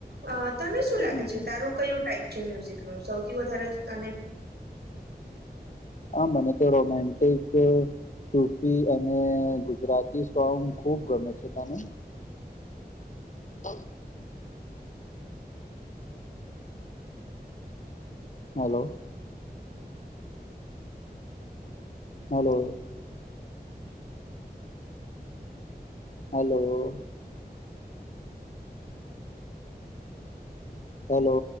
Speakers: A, on the right; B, on the left.
A: અ તને શું લાગે
B: હમ.
A: છે તારું કયું ટાઈપ છે મ્યુઝિક નું સૌથી વધારે તને.
B: હા મને તો રોમેન્ટિક ટુફી અને ગુજરાતી સોંગ ખૂબ ગમે છે તને. તો હલો હલો હલો હેલો